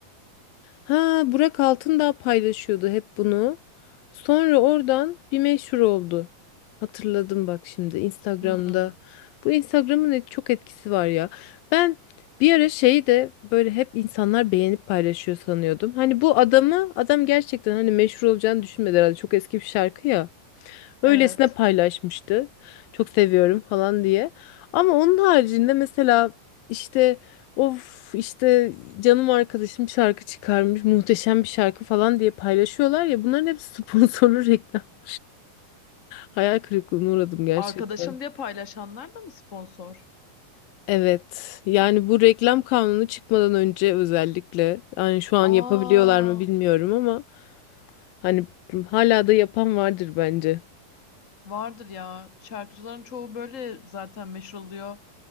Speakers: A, on the left; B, on the left.
A: Ha Burak Altındağ paylaşıyordu hep bunu. Sonra oradan bir meşhur oldu. Hatırladım bak şimdi Instagram'da.
B: Hmm,
A: Bu Instagram'ın et- çok etkisi var ya. Ben bir ara şeyi de böyle hep insanlar beğenip paylaşıyor sanıyordum. Hani bu adamı adam gerçekten hani meşhur olacağını düşünmedi herhalde. Çok eski bir şarkı ya. Öylesine
B: evet.
A: paylaşmıştı. Çok seviyorum falan diye. Ama onun haricinde mesela işte of işte canım arkadaşım şarkı çıkarmış muhteşem bir şarkı falan diye paylaşıyorlar ya bunların hepsi sponsorlu reklam. <laughs> Hayal kırıklığına uğradım gerçekten.
B: Arkadaşım diye paylaşanlar da mı sponsor?
A: Evet yani bu reklam kanunu çıkmadan önce özellikle yani şu an
B: Aa,
A: yapabiliyorlar mı bilmiyorum ama hani hala da yapan vardır bence.
B: vardır ya. Şarkıcıların çoğu böyle zaten meşhur oluyor.